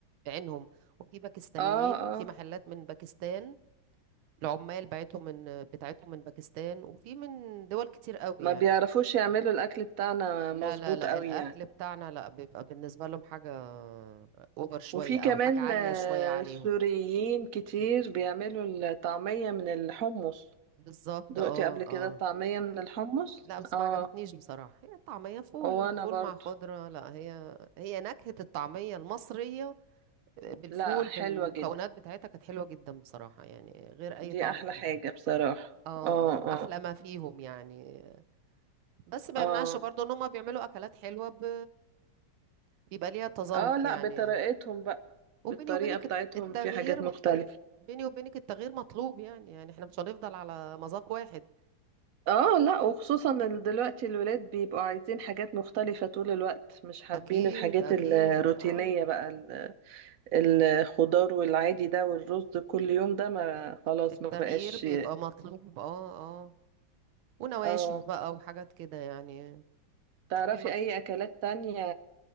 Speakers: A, on the right (about 85°); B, on the right (about 60°).
A: بعينهم وفي باكستانيين
B: اه اه
A: في محلات من باكستان العمال بتاعتهم من بتاعتهم من باكستان وفي من دول كتير قوي
B: ما
A: يعني
B: بيعرفوش يعملوا الاكل بتاعنا
A: لا
B: مظبوط
A: لا لا
B: قوي
A: الاكل
B: يعني
A: بتاعنا لا بيبقى بالنسبه لهم حاجه اوفر شويه
B: وفي كمان
A: او حاجه عاليه
B: آه،
A: شويه عليهم
B: سوريين كتير بيعملوا الطعمية من الحمص
A: بالظبط
B: دقتي
A: اه
B: قبل كده
A: اه
B: الطعمية من الحمص
A: لا بس
B: اه
A: ما عجبتنيش بصراحه هي الطعميه فول
B: وانا
A: فول
B: برضو
A: مع خضره لا هي هي نكهه الطعميه المصريه بالفول
B: لا حلوة
A: بالمكونات
B: جدا
A: بتاعتها كانت حلوه جدا بصراحه يعني غير اي
B: دي
A: طعم
B: احلى
A: تاني
B: حاجة بصراحة
A: اه
B: اه
A: اه احلى
B: اه
A: ما فيهم يعني بس ما
B: اه
A: يمنعش برضو ان هم بيعملوا اكلات حلوه ب... بيبقى ليها تذوق
B: اه لا
A: يعني
B: بطريقتهم بقى
A: وبيني
B: بالطريقة
A: وبينك
B: بتاعتهم
A: الت- التغيير
B: في حاجات مختلفة
A: بيني وبينك التغيير مطلوب يعني يعني احنا مش هنفضل على مذاق واحد
B: اه لا وخصوصا ان دلوقتي الولاد بيبقوا عايزين حاجات مختلفة طول الوقت مش حابين
A: اكيد
B: الحاجات
A: اكيد
B: الروتينية
A: اه
B: بقى ال- الخضار والعادي ده والرز كل يوم ده ما خلاص
A: التغيير
B: ما بقاش
A: بيبقى مطلوب اه اه ونواشف
B: اه
A: بقى وحاجات كده يعني
B: تعرفي
A: تحبي المكة
B: اي اكلات تانية